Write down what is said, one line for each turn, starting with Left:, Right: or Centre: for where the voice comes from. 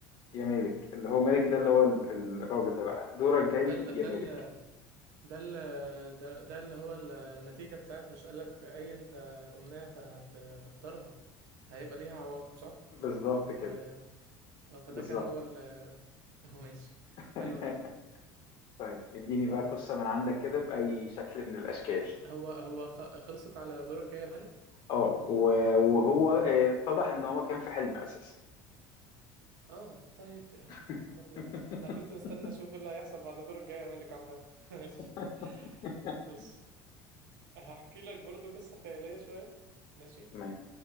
Left: يا مالك اللي هو مالك ده اللي هو ال- الراجل ده بقى دورك جاي
Right: ده ال
Left: يا
Right: ده
Left: مالك
Right: ال ده اللي ده, ده اللي هو ال- النتيجة بتاعت مش قالك أي أنت أمنية هت- هت- هتختارها هيبقى ليها عواقب صح؟
Left: بالظبط
Right: أو
Left: كده
Right: أه فده
Left: بالظبط
Right: كان هو ال <laughs> هو ماشي
Left: <laughs>
Right: حلو ده
Left: طيب اديني بقى
Right: مم.
Left: قصة من عندك كده بأي شكل من الأشكال
Right: هو هو خ- خلصت على دورك الجاي يا مالك؟
Left: اه و- وهو آه، اتضح ان هو كان في حلم أساسا
Right: اه طيب يا
Left: <laughs>
Right: يا نهار أبيض أنا كنت مستني أشوف إيه اللي هيحصل بعد دورك الجاي يا مالك عامة <laughs> ماشي
Left: <laughs>
Right: بص هحكي لك برضو قصة خيالية شوية ماشي؟
Left: تمام